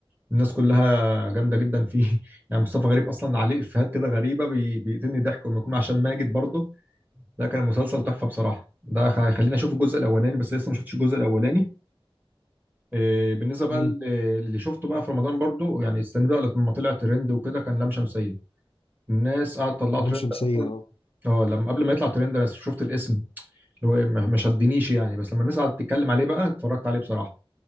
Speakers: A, on the right; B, on the left.
A: الناس كلها جامده جدا فيه <laughs> يعني مصطفى غريب اصلا عليه افيهات كده غريبه بي- بيقتلني ضحك وما يكون عشان ماجد برضه ده كان مسلسل تحفه بصراحه ده هيخليني اشوف الجزء الاولاني بس لسه ما شفتش الجزء الاولاني إيه، بالنسبه بقى
B: امم
A: ل- اللي شفته بقى في رمضان برضه يعني استنى بقى لما طلع ترند وكده كان لام شمسيه الناس قعدت تطلعه
B: لام
A: ترند
B: شمسية
A: اصلا
B: اه
A: اه لما قبل ما يطلع ترند انا شفت الاسم اللي هو ما ما شدنيش يعني بس لما الناس قعدت تتكلم عليه بقى اتفرجت عليه بصراحه